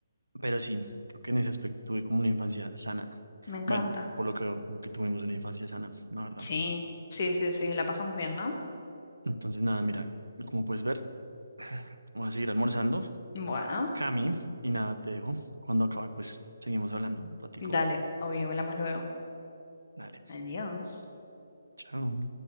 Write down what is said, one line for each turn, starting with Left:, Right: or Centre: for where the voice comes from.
Right: pero sí, creo que en ese aspecto tuve como una infancia sana.
Left: Me encanta.
Right: Bueno, por lo que veo, como que tuvimos una infancia sana, la verdad.
Left: Sí, sí, sí, sí, la pasamos bien, ¿no?
Right: Entonces, nada, mira, como puedes ver, <clears throat> voy a seguir almorzando,
Left: Bueno.
Right: Cami, y nada, te dejo. Cuando acabe, pues seguimos hablando un ratico.
Left: Dale, obvio, hablamos luego.
Right: Dale,
Left: Adiós.
Right: chao.